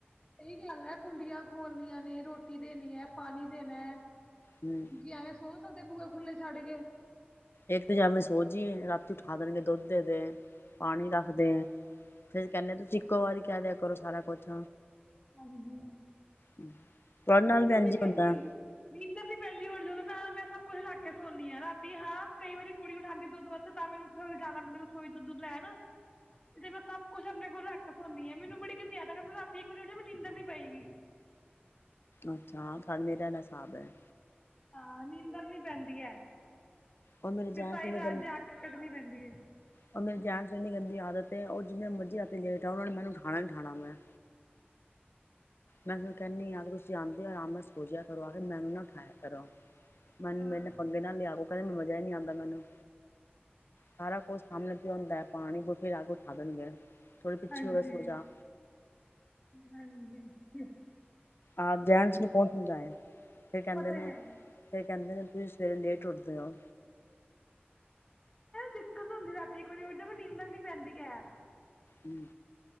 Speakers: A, on the left (about 25°); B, on the left (about 70°).
A: ਸਹੀ ਗੱਲ ਹੈ, ਕੁੰਡੀਆਂ ਖੋਲਣੀਆਂ ਨੇ ਰੋਟੀ ਦੇਣੀ ਹੈ, ਪਾਣੀ ਦੇਣਾ ਹੈ। ਕਿਉਂਕਿ
B: ਹੂੰ
A: ਐਵੇਂ ਸੋ ਸਕਦੇ ਹੋ ਬੂਏ ਖੁੱਲੇ ਛੱਡਗੇ
B: ਇੱਕ ਤਾਂ ਜਦ ਨੂੰ ਸੋ ਜਾਏ ਰਾਤ ਨੂੰ ਉਠਾ ਦੇਣਗੇ ਦੁੱਧ ਦੇ -ਦੇ ਪਾਣੀ ਰੱਖਦੇ ਹਾਂ। ਫੇਰ ਕਹਿੰਦੇ, ਤੁਸੀਂ ਇੱਕੋ ਵਾਰੀ ਕਹਿ ਦਿਆ ਕਰੋ ਸਾਰਾ ਕੁਛ,
A: ਹਾਂਜੀ।
B: ਤੁਹਾਡੇ ਨਾਲ
A: ਨੀਂਦਰ
B: ਵੀ ਇੰਝ
A: ਨੀ
B: ਹੀ
A: ਪੈਂਦੀ
B: ਹੁੰਦਾ
A: ਨੀਂਦਰ ਨੀ ਪੈਂਦੀ ਹੋਰ ਜਦੋਂ ਨਾਲ ਮੈਂ ਸਭ ਕੁੱਛ ਰੱਖ ਕੇ ਸੋਨੀ ਹਾਂ ਰਾਤੀ ਹਾਂ ਕਈ ਵਾਰੀ ਕੁੜੀ ਉਠਾਣਦੀ ਦੁੱਧ ਵਾਸਤੇ ਤਾਂ ਮੈਨੂੰ ਜ਼ਿਆਦਾ ਮਤਲਬ ਰਸੋਈ ਦਾ ਦੁੱਧ ਲੈ ਨਾ ਤੇ ਮੈਂ ਸਭ ਕੁੱਛ ਆਪਣੇ ਕੋਲ ਰੱਖ ਕੇ ਸੋਂਦੀ ਹਾਂ ਮੈਨੂੰ ਬੜੀ ਗੰਦੀ ਆਦਤ ਆ ਮ ਰਾਤੀ ਇਕ ਬਜੇ ਉੱਠ ਜਾ ਮ ਨੀਂਦਰ ਨੀ ਪਏਗੀ।
B: ਅੱਛਾ ਡ ਮੇਰਾ ਲ ਹਿਸਾਬ ਹੈ
A: ਹਾਂ ਨੀਂਦਦਰ ਵੀ ਨੀ ਪੈਂਦੀ ਹੈ।
B: ਉਹ ਮੇਰੀ ਜਹਿਣ
A: ਫਿਰ ਸਾਰੀ ਰਾਤ
B: ਗੰ
A: ਜਾਗ ਕੇ ਕੱਢਣੀ ਪੈਂਦੀ ਹੈ
B: ਉਹ ਮੇਰੀ ਜਹਿਣਸਨੀ ਗੰਦੀ ਯਾਦ ਤੇ ਉਹ ਜਿਵੇੇ ਮਰਜ਼ੀ ਰਾਤੀ ਲੇਟ ਆ ਉਹਨਾ ਨੇ ਮੈਨੂੰ ਠਾਣਾ ਠਾਉਣਾ ਮੈਂ ਮੈਂ ਫਿਰ ਕਹਿੰਦੀ ਹ ਅਗਰ ਤੁਸੀਂ ਆਉਂਦੇ ਹੋ ਆਰਾਮ ਨਾਲ ਸੋਚਿਆ ਕਰੋ ਆ ਮੈਨੂੰ ਨਾ ਉਠਾਇਆ ਕਰੋ ਮੈਨੂੰ
A: ਹਾਂ
B: <unintelligible> ਪੰਗੇੇ ਨਾਲ ਲਿਆ ਕੈਂਦੇ ਮਜ਼ਾ ਈ ਨੀ ਆਉਂਦਾ ਮੈਨੂੰ ਸਾਰਾ ਕੁਝ ਸਾਹਮਣੇ ਕੀ ਆਉਂਦਾ ਪਾਣੀ ਬ ਫੇਰ ਆ ਕੇ <unintelligible> ਪਿੱਛੇ
A: ਹਾਂਜੀ
B: ਹੋ ਕੇ ਸੋ ਜਾ
A: ਹਾਂਜੀ ਹਮ
B: ਆਪ ਦਹਿਣ ਨੂੰ ਕੌਣ ਸਮਝਾਏ ਫੇਰ ਕਹਿੰਦੇ
A: ਉਹ ਤਾਂ
B: ਨੇ
A: ਹੈ ਹੀ
B: ਫੇਰ ਕਹਿੰਦੇ ਨੇ ਤੁਸੀਂ ਰੇ ਲੇਟ ਉੱਠਦੇ ਆ
A: ਦਿੱਕਤ ਹੁੰਦੀ ਰਾਤੀ ਇੱਕ ਵਾਰੀ ਉਠ ਵੀ ਨੀਂਦਰ ਨੀ ਪੈਂਦੀ ਹੈ
B: ਹਮ